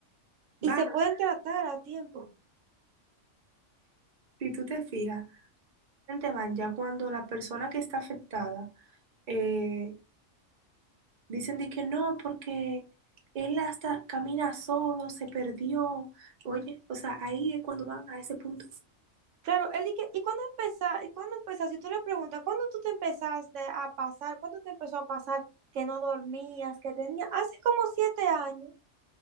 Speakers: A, on the right (about 45°); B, on the right (about 75°).
A: va,
B: y se pueden tratar a tiempo.
A: si tú te fijas, te van ya cuando la persona que está afectada, eh, Dicen de que no, porque él hasta camina solo, se perdió. Oye, o sea, ahí es cuando van a ese punto.
B: Claro, él dice, ¿y cuándo empezaste? ¿Y cuándo empezaste? Si tú le preguntas, ¿cuándo tú te empezaste a pasar? ¿Cuándo te empezó a pasar que no dormías, que tenías? Hace como siete años.